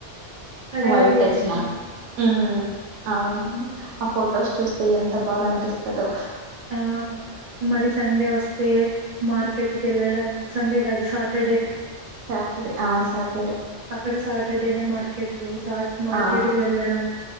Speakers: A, on the right; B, on the right.
A: హడావిడి
B: వైపు
A: చేసేసినాం
B: తెచ్చినాం ఉమ్ అవునండి ఆ ఫొటోస్ చూస్తే ఎంత ఎంత బాగా అనిపిస్తుందో
A: ఆ ఆ మరి సండే వస్తే మార్కెట్కి వెళ్ళడం సండే కాదు సాటర్డే
B: సాటర్డే ఆ సాటర్డే
A: అక్కడ సాటర్డేనే మార్కెట్ మార్కెట్కి
B: ఆ
A: వెళ్ళడం